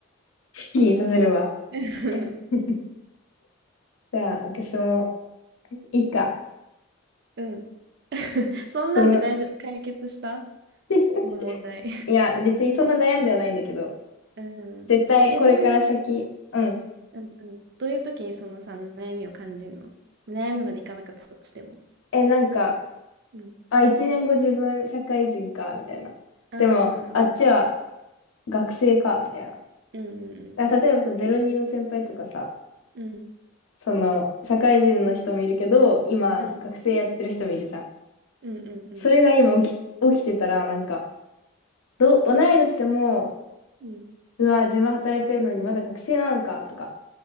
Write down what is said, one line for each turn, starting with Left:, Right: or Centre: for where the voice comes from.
Left: すっきりさせるわ。
Right: <laughs>
Left: <laughs> じゃあ、私も、いいか。
Right: うん。そんなんで大丈夫。
Left: その、
Right: 解決した
Left: <laughs>
Right: その問題。
Left: いや、別にそんな悩んではないんだけど、
Right: <laughs> うん。
Left: 絶対これから先、
Right: え、どういう、
Left: うん。
Right: うんうん。どういう時にそのさ、悩みを感じるの悩みまでいかなかったとしても。
Left: え、なんか、
Right: うん。
Left: あ、一年後自分社会人か、みたいな。
Right: うんうんうん
Left: でも、あっちは学生か、みたいな。
Right: うんうんうん。
Left: だから例えばさ、02の先輩とかさ、
Right: うん。
Left: その、社会人の人もいるけど、今、
Right: うん
Left: 学生やってる人もいるじゃん。
Right: うんうん。
Left: それが今起き、起きてたら、なんか、どう、同い年でも、
Right: うん。
Left: うわ、自分働いてるのにまだ学生なのか、とか、